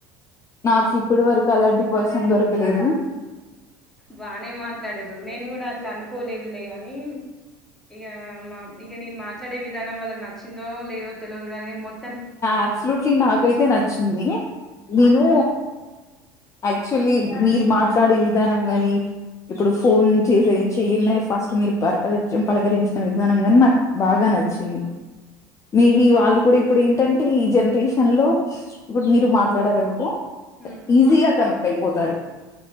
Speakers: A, on the left; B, in the centre.
A: నాకు ఇప్పుడు వరకు అలాంటి పర్స దొరకలేదు
B: బానే మాట్లాడరు నేను కూడా అట్లా అనుకోలేదులే ని ఇక మా ఇక నేను మాట్లాడే విధానం వాళ్ళకి నచ్చిందో లేదో తెలియదు కాని మొం
A: అబ్సలూట్లీ నాకైతే నచ్చింది నేను యాక్చుల్లీ మీరు మాట్లాడే విధానం గాని ఇప్పుడు ఫోన్ చేసే చెయ్యంగానే ఫస్ట్ మీరు పక పలకరించిన విధానంగానీ నాకు బాగా నచ్చింది మేబి వాళ్ళు కూడా ఇప్పుడు ఏంటంటే ఈ జనరేషన్ లో ఇప్పుడు మీరు మాట్లాడారనుకో
B: హ్మ్.
A: ఈజీగా తను పైపోతారు